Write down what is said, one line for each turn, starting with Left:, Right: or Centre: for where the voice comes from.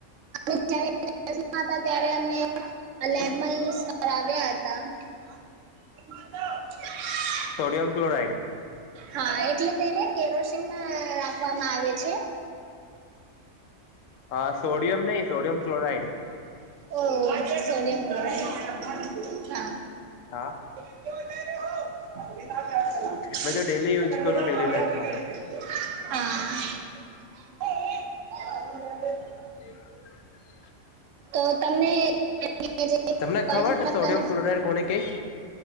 Right: <inaudible> હતા ત્યારે અમને આ લેબમાં યુઝ કરાવ્યા હતા <unintelligible>
Left: સોડિયમ ક્લોરાઇડ
Right: હા એટલે તેને કેરોસીનમા રાખવામાં આવે છે.
Left: હા સોડિયમ નઈ સોડિયમ ક્લોરાઈડ
Right: ઓહ સોડિયમ ક્લોરાઇડ હા
Left: હા.
Right: <unintelligible>
Left: મેં જો ડેલી યુઝ કરું ડેલી લાઈફમાં
Right: હા.
Left: તો <inaudible>
Right: તો તમને <unintelligible>
Left: તમને
Right: કોલેજમા
Left: ખબર છે
Right: હતાં
Left: સોડિયમ
Right: ને?
Left: કોને કેય?